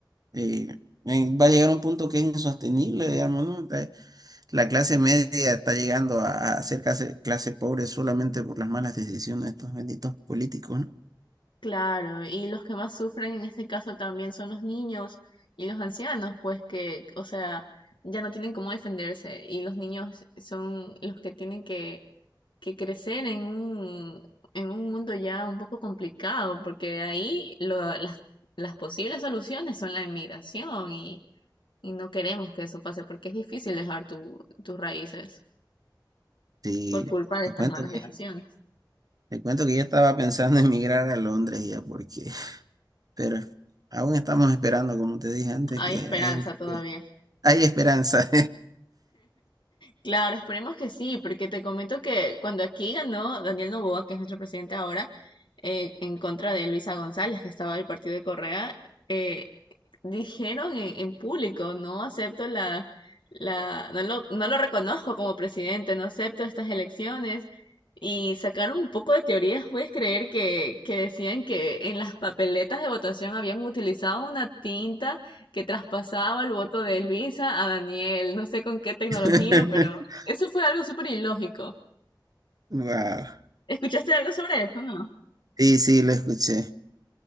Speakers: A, on the right; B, on the left.
A: eh, eh, va a llegar a un punto que es insostenible, digamos, ¿no? Eh, La clase media está llegando a, a ser clase, clase pobre solamente por las malas decisiones de estos benditos políticos, ¿no?
B: Claro, y los que más sufren en este caso también son los niños y los ancianos, pues que, o sea, ya no tienen cómo defenderse y los niños son los que tienen que, que crecer en un, en un mundo ya un poco complicado, porque de ahí lo, las, las posibles soluciones son la emigración y, y no queremos que eso pase porque es difícil dejar tu, tus raíces.
A: Sí,
B: por culpa de
A: te
B: estas
A: cuento
B: malas
A: que,
B: decisiones.
A: te cuento que ya estaba pensando en emigrar a Londres ya porque, <laughs> pero aún estamos esperando, como te dije antes,
B: Hay
A: que
B: esperanza
A: hay,
B: todavía.
A: hay esperanza.
B: Claro, esperemos que sí, porque te comento que cuando aquí ganó Daniel Noboa, que es nuestro presidente ahora, eh, en contra de Luisa González, que estaba del partido de Correa, eh, dijeron en, en público, no acepto la, la, no lo, no lo reconozco como presidente, no acepto estas elecciones. Y sacaron un poco de teorías, puedes creer que, que decían que en las papeletas de votación habían utilizado una tinta que traspasaba el voto de Elvisa a Daniel, no sé con qué tecnología,
A: <laughs>
B: pero eso fue algo súper ilógico.
A: Wow.
B: ¿Escuchaste algo sobre eso, no?
A: Sí, sí, lo escuché.